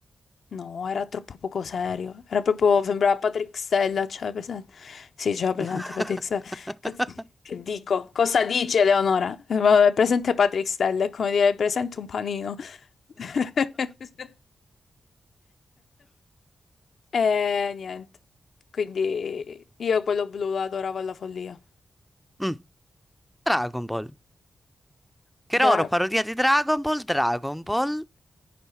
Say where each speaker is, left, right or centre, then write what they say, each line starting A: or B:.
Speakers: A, on the left (about 75°); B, in the centre.
A: No, era troppo poco serio. Era proprio, sembrava Patrick Stella, c'era presente. Sì, c'era
B: <laughs>
A: presente Patrick Stella. Cazz- Che dico? Cosa dice Eleonora? Eh, vabbè, presente Patrick Stella, è come dire presente un panino. <laughs> E niente. Quindi io quello blu lo adoravo alla follia.
B: Mm, Dragon Ball. Keroro,
A: Dra-
B: parodia di Dragon Ball, Dragon Ball